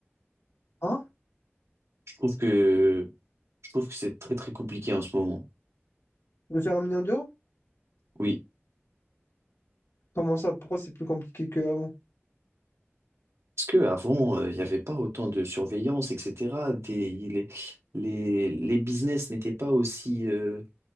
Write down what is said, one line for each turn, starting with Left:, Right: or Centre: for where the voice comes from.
Left: Hein?
Right: Je trouve que je trouve que c'est très très compliqué en ce moment.
Left: De faire un million d'euros?
Right: Oui.
Left: Comment ça? Pourquoi c'est plus compliqué qu'avant?
Right: Parce que avant euh, il n'y avait pas autant de surveillance, etc. Des, les les les business n'étaient pas aussi euh,